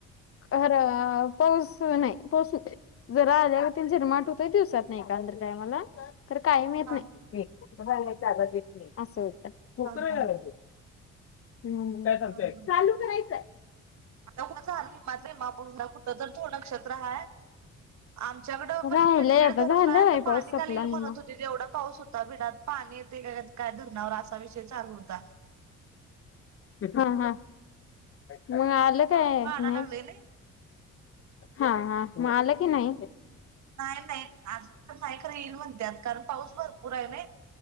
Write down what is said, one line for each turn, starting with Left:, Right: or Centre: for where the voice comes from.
Left: खरं पाऊस नाही, पाऊस नाही. जरा आल्यावरती झिरमाट होतोय दिवसातन एकदा टायमाला खरं कायम येत
Right: हा
Left: नाय. हुबाळला एक जागा घेतली, असं होतं
Right: हा हा
Left: <inaudible> हम्म. <unintelligible>
Right: हा
Left: चालू करायचं.
Right: आता कुणाच आलं नाही <unintelligible> माझे मग आपण कुठंतर तो नक्षत्र हाय. आमच्याकडं पण
Left: राहिलय
Right: पिडपीड
Left: आता
Right: धरम
Left: झालंय
Right: नाय तर पाणी
Left: पाऊस संपला
Right: काल इल
Left: आणि
Right: म्हणत
Left: मग
Right: होती एवढा पाऊस हो ता बिडात पाणी येतंय का काय धरणावर असा विषय चालू होता.
Left: हा हा, मग आलं काय
Right: पाणी वाढाय
Left: नाय?
Right: लागलंय नई
Left: हा हा म आलं की नाही?
Right: नाय नाय अजून तर नाय खरं येईल म्हणत्यात कारण पाऊस भरपूर हाय नाय.